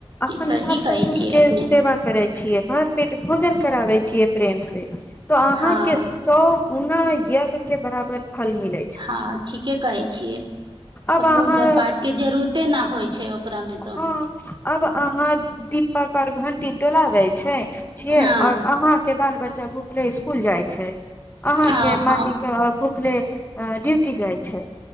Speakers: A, on the left; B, on the right.
A: अपन
B: सही
A: सास
B: कहै
A: ससुरके
B: छियै अपने
A: सेवा करैत छियै भर पेट भोजन कराबै छियै प्रेमसे तऽ अहाँके
B: हँ
A: सब पुनाः यगके बराबर फल मिलै छै
B: ह ठीके कहे छियै
A: अब
B: तऽ पूजा
A: अहाँ
B: पाठ के जरूरते न होइ छै ओकरा मे तो
A: हँ अब अहाँ दीप पकर घंटी डोलाबे छै छिये
B: हँ
A: और अहााँ के बाल बच्चा भूखले स्कूल जाय छै अहां
B: हँ
A: के
B: हँ
A: मालिक भूखले ड्यूटी जाय छै